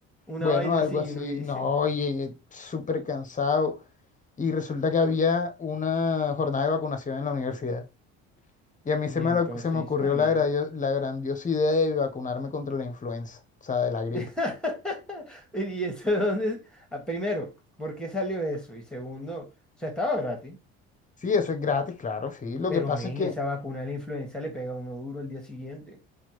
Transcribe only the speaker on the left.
Bueno,
algo
así.
No, llegué súper cansado. Y resulta que había una jornada de vacunación en la universidad. Y a mí se
me,
lo- se me ocurrió
la, gradio- la grandiosa idea de vacunarme contra la influenza, o sea, de la gripe.
Sí, eso es gratis, claro, sí. Lo
que pasa
es que,